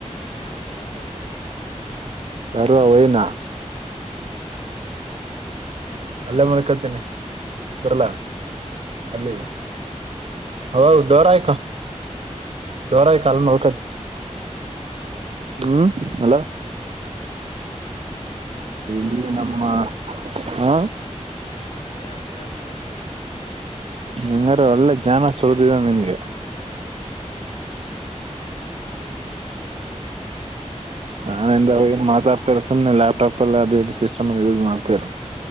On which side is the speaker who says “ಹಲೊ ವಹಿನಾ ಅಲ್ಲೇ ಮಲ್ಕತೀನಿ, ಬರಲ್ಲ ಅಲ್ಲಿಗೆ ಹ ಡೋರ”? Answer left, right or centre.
Right